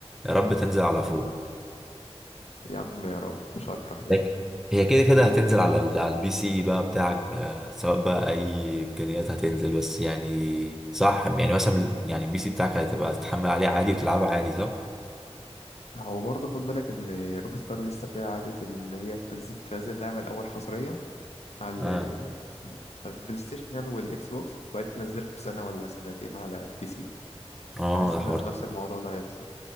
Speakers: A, in the centre; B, on the left.
A: يا رب تنزل على فور
B: يا عم يا رب مش أكره يعني
A: لك- هي كده كده هتنزل على ال... على البي سي بقى بتاعك آه، سواء بقى اي امكانيات هتنزل بس يعني صح يعني مثلا ال- يعني البي سي بتاعك هتبقى تتحمل عليه عادي وتلعبه عادي صح؟
B: هو برضه خد بالك إن روك ستار لسه فيها عادة إن هي تنزل تنزل لعبة الأول حصرية على ال-
A: اه
B: على البلاي ستيشن يعني والإكس بوكس وبعدين تنزلها بسنة ولا سنتين على البي سي
A: اه
B: حاسس
A: ده
B: إن
A: حوار
B: نفس الموضوع ده هيحصل